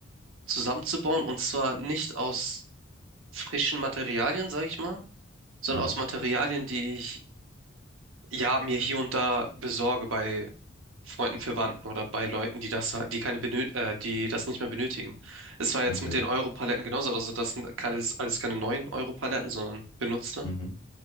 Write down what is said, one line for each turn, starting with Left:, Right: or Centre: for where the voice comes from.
Right: zusammenzubauen und zwar nicht aus frischen Materialien, sag ich mal, sondern
Left: Mhm.
Right: aus Materialien, die ich ja mir hier und da besorge bei Freunden, Verwandten oder bei Leuten, die das, ha- die keine benöt, äh, die das nicht mehr benötigen. Es war jetzt
Left: Okay.
Right: mit den Euro-Paletten genauso, also das sind alles, alles keine neuen Euro-Paletten, sondern benutzte.
Left: Mhm.